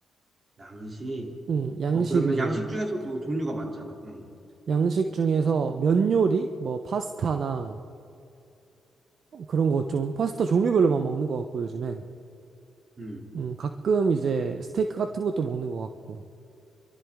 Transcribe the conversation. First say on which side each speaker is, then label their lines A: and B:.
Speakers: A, on the right; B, on the right.
A: 양식.
B: 응, 양식
A: 어, 그러면
B: 위주로
A: 양식
B: 먹는
A: 중에서도
B: 것 같아.
A: 종류가 많잖아. 응.
B: 양식 중에서 면 요리? 뭐, 파스타나 그런 거 좀, 파스타 종류별로만 먹는 것 같고, 요즘엔.
A: 음.
B: 음, 가끔 이제 스테이크 같은 것도 먹는 것 같고.